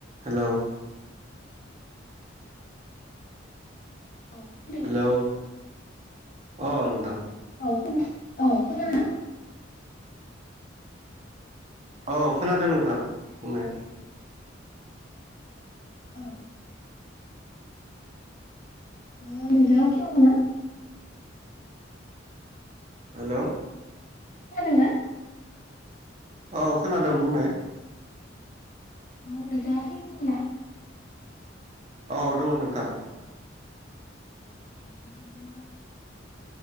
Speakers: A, on the right; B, on the left.
A: हेल'
B: औ खोनादों
A: हेलौ अ नोंथां
B: औ खोनादों औ खोनादोंना
A: औ खोनादों नोंथां बुंनाय
B: औ ओ अ नोंथांआ फ्रि दं ना
A: हेल'
B: खोनादोंना
A: औ खोनादों बुंनाय
B: अ नोंथाङा फ्रि दङना
A: औ दङ नोंथां
B: बिदिब्ला